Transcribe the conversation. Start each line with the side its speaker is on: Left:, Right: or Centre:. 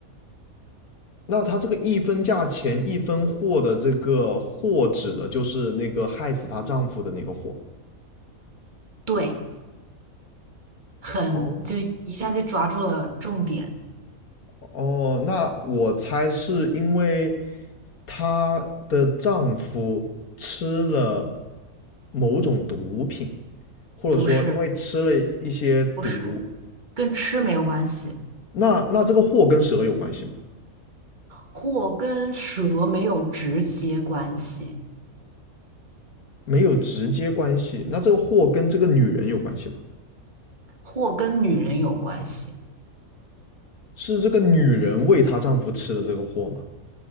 Left: 那他这个一分价钱一分货的这个货指的就是那个害死她丈夫的那个货。
Right: 对，很，
Left: 哦，
Right: 就一下就抓住了重点，
Left: 哦，那我猜是因为她的丈夫吃了某种毒品，或者说因为吃了一些毒，
Right: 不是，不是，跟吃没有关系，
Left: 那那这个祸跟蛇有关系吗？
Right: 或跟蛇没有直接关系，
Left: 没有直接关系，那这个祸跟这个女人有关系吗？
Right: 或跟女人有关系，
Left: 是这个女人喂她丈夫吃的这个祸吗？